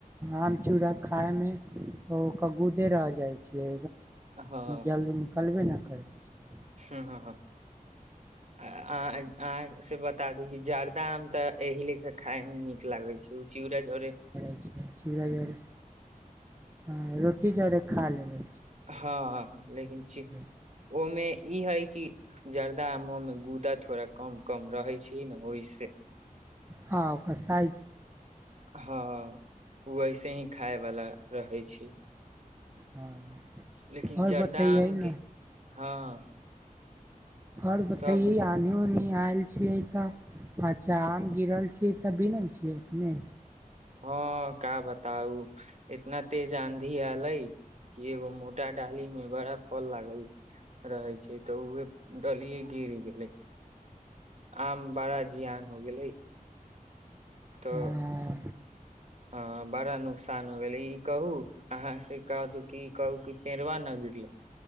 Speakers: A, on the right (about 15°); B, on the right (about 50°).
A: आम चूड़ा खाय मे कबूदे रह जाय छै
B: हँ
A: जल्दी निकलबै ने करै छी
B: ह अहाँ से बता दू जर्दा आम तऽ एहि लेखा खााय मे नीक लागै छै ओ चीड़जरे
A: चीरा चड़ ह रोटी चौड़े खा ले ब
B: हँ लेकिन छी
A: छै
B: ओहिमे ई है कि जर्दा आमोमे गूदा थोड़ा कम कम रहै छी ने ओहि <unintelligible>
A: हँ ओकर सा
B: हँ ओ वइसे ही खायवला रहै छी
A: हँ
B: लेकिन
A: आओर
B: जर्दम
A: बतैयै
B: के
A: ने
B: हँ
A: आओर बतैय
B: सब
A: आनी होनी आयल छियै तऽ अच्छा आम गिरल छीियै तऽ बीिन छीियै अपने
B: हँ का बताउ एतना तेज आंधी एयले कि एगो मोटा डाली मे बड़ा फल लागल रहे छै तऽ उहे डलिये गिर गेले आम बड़ा जियान हो गेले तऽ
A: हँ
B: अ बारा नु आसान हो गेलै ई कहू अहाँ से कह दू ई कहू कि पेरवा न गिरले